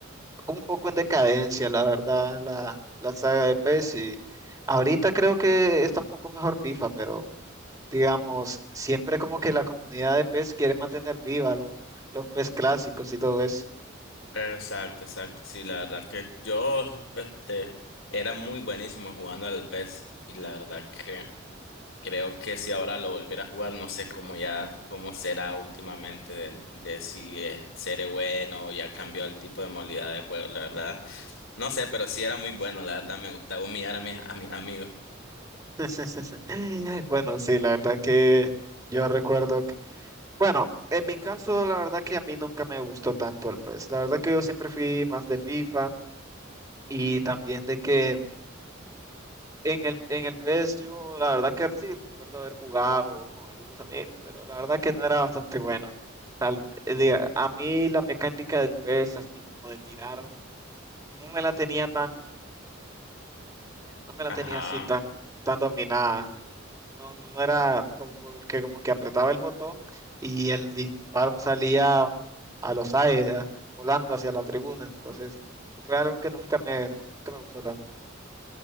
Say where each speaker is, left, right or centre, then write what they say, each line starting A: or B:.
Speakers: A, on the right; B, on the left.
A: un poco en decadencia, la verdad, la, la saga de PES y ahorita creo que está un poco mejor FIFA, pero digamos, siempre como que la comunidad de PES quiere mantener viva los, los PES clásicos y todo eso.
B: Exacto, exacto. Sí, la verdad que yo, este, era muy buenísimo jugando al PES y la verdad que creo que si ahora lo volviera a jugar, no sé cómo ya, cómo será últimamente de, de si eh, seré bueno o ya cambió el tipo de modalidad de juego, la verdad. No sé, pero sí era muy bueno, la verdad me gustaba humillar a mis, a mis amigos.
A: <laughs> Bueno, sí, la verdad que yo recuerdo Bueno, en mi caso, la verdad que a mí nunca me gustó tanto el PES. La verdad que yo siempre fui más de FIFA y también de que en el, en el PES yo, la verdad que sí, recuerdo haber jugado con algunos amigos, pero la verdad que no era bastante bueno. Tal, eh, diga, a mí la mecánica del PES, así como de tirar, no me la tenía tan, no me la
B: Ajá.
A: tenía así tan, tan dominada. No, no no era como porque como que apretaba el botón y el disparo salía a los aires, volando hacia la tribuna. Entonces, fue algo que nunca me, nunca me gustó tanto.